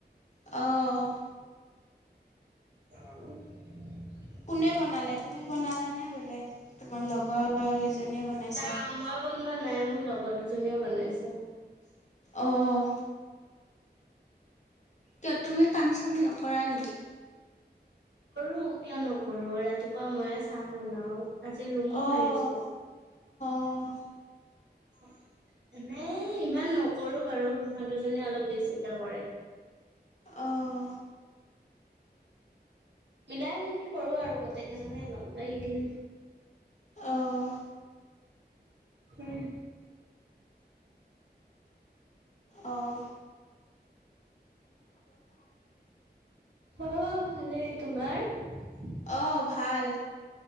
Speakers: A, on the left (about 40°); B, on the right (about 85°).
A: অ'
B: অঁ
A: কোনে বনালে তুমি বনালা নে বেলেগ তোমাৰ লগৰ? বনাইছে?
B: নাই মই বনোৱা নাই মোৰ লগৰ দুজনীয়ে বনাইছে।
A: অ' কিয় তুমি কাম চাম নকৰা নেকি?
B: কৰো কিয় নকৰো ৰাতিপুৱা ময়ে চাহ বনাও। আজি ৰুমো
A: অ'
B: হাৰিছো।
A: অ'
B: হয়। এনেই ইমান নকৰো বাৰু সিহঁত দুজনীয়ে অলপ বেছিকে কৰে।
A: অহ।
B: মিলাই মেলি কৰো আৰু গোটেই কেইজনীয়ে লগ লাগি কিনে।
A: অহ।
B: উম।
A: অঁ।
B: অ ভালেই তোমাৰ।
A: অ ভাল।